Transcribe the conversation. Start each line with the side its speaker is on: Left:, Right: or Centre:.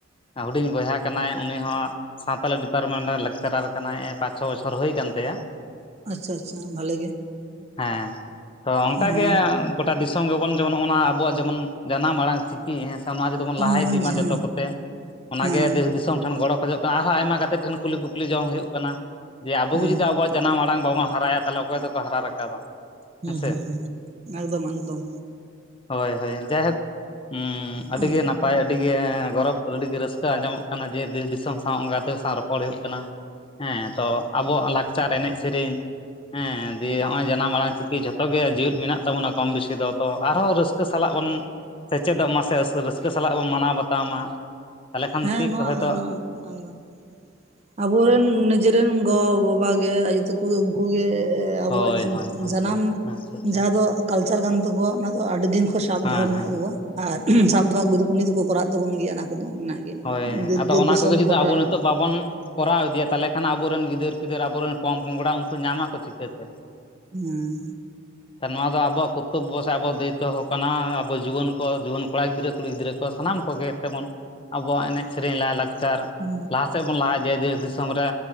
Left: ᱦᱩᱰᱤᱧ ᱵᱚᱭᱦᱟ ᱠᱟᱱᱟᱭ ᱩᱱᱤ ᱦᱚᱸ ᱥᱟᱶᱛᱟᱞᱤ ᱰᱤᱯᱟᱨᱴᱢᱮᱱᱴ ᱨᱮᱱ ᱞᱮᱠᱪᱟᱨᱟᱨ ᱠᱟᱱᱟᱭ <unintelligible> ᱯᱟᱸᱪᱼᱪᱷᱚ ᱵᱚᱪᱷᱚᱨ ᱦᱳᱭ ᱠᱟᱱ ᱛᱟᱭᱟ
Right: ᱟᱪᱪᱷᱟ ᱟᱪᱪᱷᱟ ᱵᱷᱟᱞᱮ ᱜᱮ᱾
Left: ᱦᱮᱸ ᱛᱚ ᱚᱝᱠᱟ
Right: ᱦᱮᱸ
Left: ᱜᱮ ᱜᱚᱴᱟ ᱫᱤᱥ- ᱫᱤᱥᱚᱢ ᱜᱮᱵᱚᱱ ᱡᱮᱢᱚᱱ ᱱᱚᱜ-ᱚ ᱱᱟ ᱟᱵᱚᱣᱟᱜ ᱡᱮᱢᱚᱱ ᱡᱟᱱᱟᱢ ᱟᱲᱟᱝ ᱪᱤᱠᱤ ᱦᱮᱸ ᱚᱱᱟ ᱜᱮ ᱵᱚᱱ ᱞᱟᱦᱟ
Right: ᱦᱮᱸ
Left: ᱤᱫᱤ ᱢᱟ ᱡᱚᱛᱚ ᱠᱚᱛᱮ ᱚᱱᱟ
Right: ᱦᱮᱸ
Left: ᱜᱮ ᱫᱮᱥ ᱫᱤᱥᱚᱢ ᱴᱷᱮᱱ ᱜᱚᱲᱚ ᱠᱷᱚᱡᱚᱜ ᱠᱟᱱᱟ ᱟᱨᱦᱚᱸ ᱟᱭᱢᱟ ᱜᱟᱛᱮ ᱴᱷᱮᱱ ᱠᱩᱞᱤ ᱠᱩᱯᱞᱤ ᱡᱚᱢ ᱦᱳᱭᱳᱜ ᱠᱟᱱᱟ ᱡᱮ ᱟᱵᱚ
Right: ᱦᱩᱸ
Left: ᱜᱮ ᱡᱩᱫᱤ ᱟᱵᱚᱣᱟᱜ ᱡᱟᱱᱟᱢ ᱟᱲᱟᱝ ᱵᱟᱵᱚᱱ ᱦᱟᱨᱟᱭᱟ ᱛᱟᱦᱚᱞᱮ ᱚᱠᱚᱭ ᱫᱚᱠᱚ ᱦᱟᱨᱟ ᱨᱟᱠᱟᱵᱟ᱾
Right: ᱦᱩ
Left: ᱦᱮᱸᱥᱮ
Right: ᱦᱩ ᱦᱩ ᱮᱠᱫᱚᱢ ᱮᱠᱫᱚᱢ
Left: ᱦᱳᱭ ᱦᱳᱭ ᱡᱟᱭᱦᱳᱠ ᱩ ᱟᱹᱰᱤ
Right: ᱦᱮᱸ
Left: ᱜᱮ ᱱᱟᱯᱟᱭ ᱟᱹᱰᱤ ᱟᱹᱰᱤ ᱜᱚᱨᱚᱵᱽ, ᱟᱹᱰᱤᱜᱮ ᱨᱟᱹᱥᱠᱟᱹ ᱟᱡᱚᱢᱚᱜ ᱠᱟᱱᱟ ᱡᱮ ᱫᱮᱥ ᱫᱤᱥᱚᱢ ᱥᱟᱶ ᱜᱟᱛᱮ ᱥᱟᱶ ᱨᱚᱯᱚᱲ ᱦᱳᱭᱳᱜ ᱠᱟᱱᱟ᱾ ᱦᱮᱸ ᱛᱚ ᱟᱵᱚᱣᱟᱜ ᱞᱟᱠᱪᱟᱨ ᱮᱱᱮᱡ ᱥᱮᱨᱮᱧ ᱦᱮᱸ ᱫᱤᱭᱮ ᱦᱚᱜᱼᱚᱭ ᱡᱟᱱᱟᱢ ᱟᱲᱟᱝ ᱪᱤᱠᱤ ᱡᱷᱚᱛᱚᱜᱮ ᱡᱮᱣᱮᱫ ᱢᱮᱱᱟᱜ ᱛᱟᱵᱚᱱᱟ ᱠᱚᱢ ᱵᱮᱥᱤ ᱫᱚ ᱛᱚ ᱟᱨᱦᱚᱸ ᱨᱟᱹᱥᱠᱟᱹ ᱥᱟᱞᱟᱜ ᱵᱚᱱ ᱥᱮᱪᱮᱫᱚᱜ ᱢᱟ ᱥᱮ ᱨᱟᱹᱥᱠᱟᱹ ᱥᱟᱞᱟᱜ ᱵᱚᱱ ᱢᱟᱱᱟᱣ ᱵᱟᱛᱟᱣ ᱢᱟ᱾ ᱛᱟᱦᱚᱞᱮ ᱠᱷᱟᱱ
Right: ᱦᱮᱸ
Left: ᱴᱷᱤᱠ
Right: ᱱᱚᱣᱟ
Left: ᱦᱚᱭᱛᱳ
Right: ᱮᱠᱫᱚᱢ ᱮᱠᱫᱚᱢ᱾ ᱟᱵᱚᱨᱮᱱ ᱱᱤᱡᱮᱨᱮᱱ ᱜᱚ - ᱵᱟᱵᱟ ᱜᱮ ᱟᱭᱩ ᱛᱟᱠᱚ ᱩᱝᱠᱩ ᱜᱮ ᱥᱮ ᱟᱵᱚᱣᱟᱜ
Left: ᱦᱳᱭ ᱦᱳᱭ ᱦᱳᱭ
Right: ᱡᱟᱱᱟᱢ
Left: ᱦᱳᱭ ᱟᱪᱪᱷᱟ ᱟᱪᱪᱷᱟ
Right: ᱡᱟᱦᱟᱸ ᱫᱚ ᱠᱟᱞᱪᱟᱨ ᱠᱟᱱ ᱛᱟᱠᱚᱣᱟ ᱚᱱᱟ ᱫᱚ ᱟᱹᱰᱤ ᱫᱤᱱ ᱠᱷᱚᱱ ᱥᱟᱵ
Left: ᱦᱮᱸ
Right: ᱫᱚᱦᱚ ᱢᱮᱱᱟᱜ
Left: ᱦᱮᱸ
Right: ᱛᱟᱠᱚᱣᱟ ᱟᱨ ᱥᱟᱵ ᱫᱚᱦᱚ ᱟᱹᱜᱩ ᱮᱫᱟᱠᱚ ᱱᱤᱛ ᱫᱚᱠᱚ ᱠᱚᱨᱟᱜ ᱛᱟᱵᱚᱱ ᱜᱮᱭᱟ᱾ ᱚᱱᱟ ᱠᱚᱫᱚ ᱢᱮᱱᱟᱜ ᱜᱮᱭᱟ
Left: ᱦᱳᱭ ᱟᱫᱚ
Right: ᱫᱮᱥ
Left: ᱚᱱᱟ
Right: ᱫᱤᱥᱚᱢ
Left: ᱠᱚᱜᱮ ᱡᱩᱫᱤ
Right: ᱜᱚᱴᱟ
Left: ᱟᱵᱚ ᱱᱤᱛᱚᱜ ᱵᱟᱵᱚᱱ ᱠᱚᱨᱟᱣ ᱤᱫᱤᱭᱟ ᱛᱟᱦᱚᱞᱮ ᱠᱷᱟᱱ ᱟᱵᱚᱨᱮᱱ ᱜᱤᱫᱟᱹᱨ ᱯᱤᱫᱟᱹᱨ ᱟᱵᱚᱨᱮᱱ ᱯᱚᱝᱼ ᱯᱚᱝᱲᱟ ᱩᱱᱠᱩ ᱧᱟᱢᱟ ᱠᱚ ᱪᱤᱠᱟᱹᱛᱮ
Right: ᱦᱮᱸ
Left: ᱱᱚᱣᱟ ᱫᱚ ᱟᱵᱚᱣᱟᱜ ᱠᱚᱨᱛᱚᱵᱽᱵᱚ ᱥᱮ ᱟᱵᱚᱣᱟᱜ ᱫᱟᱹᱭᱤᱛᱛᱚ ᱠᱟᱱᱟ᱾ ᱟᱵᱚ ᱡᱩᱣᱟᱹᱱ ᱠᱚ ᱡᱩᱣᱟᱹᱱ ᱠᱚᱲᱟ ᱜᱤᱫᱽᱨᱟᱹ ᱠᱩᱲᱤ ᱜᱤᱫᱽᱨᱟᱹ ᱠᱚ ᱥᱟᱱᱟᱢ ᱠᱚ ᱟᱵᱚᱣᱟᱜ ᱮᱱᱮᱡ ᱥᱮᱨᱮᱧ ᱞᱟᱭᱼᱞᱟᱠᱪᱟᱨ
Right: ᱦᱮᱸ
Left: ᱞᱟᱦᱟ ᱥᱮᱫ ᱵᱚᱱ ᱞᱟᱦᱟ ᱤᱫ ᱫᱮᱥ ᱫᱤᱥᱚᱢ ᱨᱮ